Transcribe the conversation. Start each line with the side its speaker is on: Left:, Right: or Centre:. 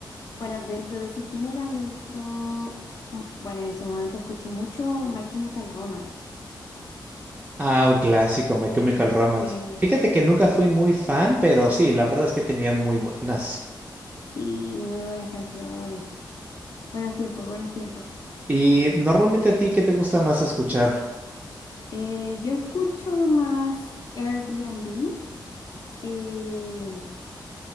Left: bueno, dentro de ese género a mí me gustó, mm, bueno, en su momento escuché mucho My Chemical Romance.
Right: Ah, un clásico, My Chemical Romance.
Left: Sí.
Right: Fíjate que nunca fui muy fan, pero sí, la verdad es que tenían muy buenas.
Left: Sí, muy buenas canciones. Buenos tiempos, buenos tiempos.
Right: Y normalmente a ti, ¿qué te gusta más escuchar?
Left: Eh, yo escucho más Airbnb, eh,